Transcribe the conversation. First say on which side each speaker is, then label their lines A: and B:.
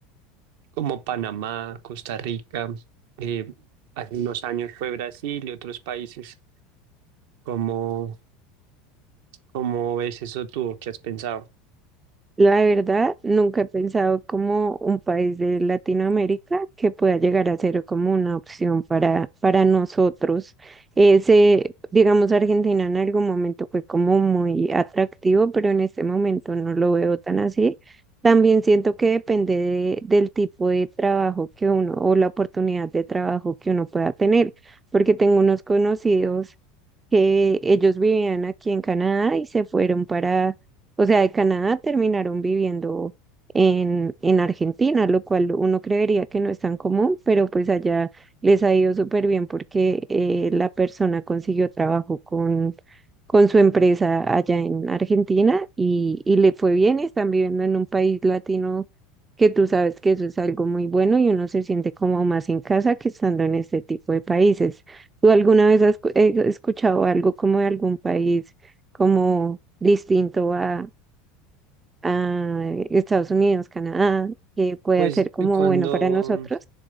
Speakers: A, on the right; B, on the right.
A: como Panamá, Costa Rica, eh, hace unos años fue Brasil y otros países. ¿Cómo, cómo ves eso tú? ¿O ¿Qué has pensado?
B: La verdad, nunca he pensado como un país de Latinoamérica que pueda llegar a ser como una opción para, para nosotros. Ese, digamos, Argentina en algún momento fue como muy atractivo, pero en este momento no lo veo tan así. También siento que depende de- del tipo de trabajo que uno o la oportunidad de trabajo que uno pueda tener, porque tengo unos conocidos que ellos vivían aquí en Canadá y se fueron para, o sea, de Canadá terminaron viviendo en, en Argentina, lo cual uno creería que no es tan común, pero pues allá les ha ido súper bien porque eh, la persona consiguió trabajo con, con su empresa allá en Argentina y, y le fue bien y están viviendo en un país latino. que tú sabes que eso es algo muy bueno y uno se siente como más en casa que estando en este tipo de países. ¿Tú alguna vez has cu- eh, escuchado algo como de algún país como distinto a, a Estados Unidos, Canadá, que pueda
A: Pues
B: ser como
A: eh, cuando,
B: bueno para nosotros?
A: mm,